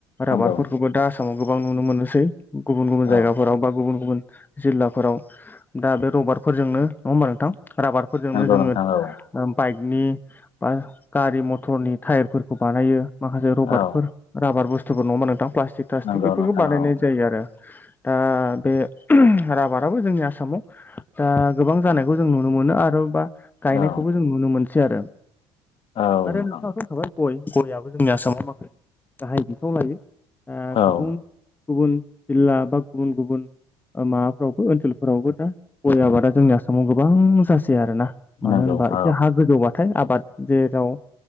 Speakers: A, on the left; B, on the left.
A: राबारफोरखौबो
B: नंगौ
A: दा आसामाव गोबां नुनो मोनोसै। गुबुन गुबुन जायगाफोराव
B: औ
A: बा गुबुन गुबुन जिल्लाफोराव दा बे रबारफोरजोंनो नङा होमबा नोंथां राबारफोरजोंनो
B: नंगौ
A: जोङो
B: नोंथां औ
A: ओ बाइकनि बा गारि मटरनि टायारफोरखौ बानायो माखासे रबारटफोर
B: औ
A: राबार बुस्थुफोर नङा नोंदां प्लास्टिक थ्लास्टिक
B: नंगौ
A: बेफोरखौ
B: नोंथां
A: बानायनाय
B: औ
A: जायो आरो ओ बे राबाराबो जोंनि आस आसामाव दा गोबां जानायखौ जों नुनो मोनो आरो बा गायनायखौबो
B: औ
A: जों नुनो नुनो मोनसै आरो
B: औ
A: आरो
B: नोंथां
A: नोंथाङाथ' होनखाबाय गय गययाबो जोंनि आसामाव माखासे गाहाय बिखाव लायो गुबुन
B: औ
A: -गुबुन जिला बा गुबुन गुबुन माबाफ्रावबो ओनसोलफोरावबो दा गय आबादा जोंनि आसामाव गोबां जासै आरोना। मानो
B: नंगौ
A: होनबा
B: औ
A: एसे हा गोजौबाथाय आबाद जेराव